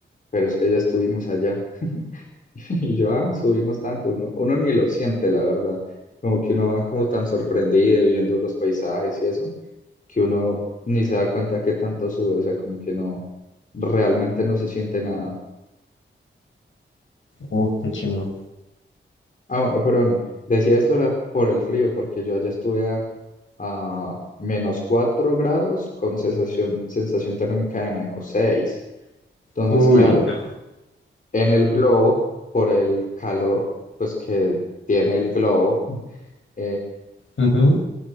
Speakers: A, on the left; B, on the left.
A: pero es que ya estuvimos allá. <laughs> Y yo, ah, subimos tanto, uno, uno ni lo siente, la verdad. Como que uno va como tan sorprendido y viendo los paisajes y eso, que uno ni se da cuenta que tanto sube, o sea, como que no, realmente no se siente nada.
B: Uf, qué chingo.
A: Ah, bueno, pero bueno, decía esto era por el frío, porque yo allá estuve a, a menos 4 grados con sensación, sensación térmica de menos seis Entonces,
B: Uy,
A: claro,
B: no.
A: en el globo, por el calor, pues que tiene el globo. <laughs>
B: Ujú,